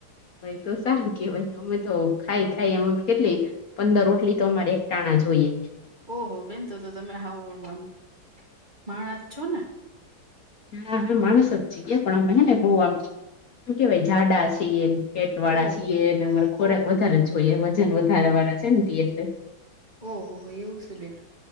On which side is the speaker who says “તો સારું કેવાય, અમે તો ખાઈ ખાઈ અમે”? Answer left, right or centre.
Left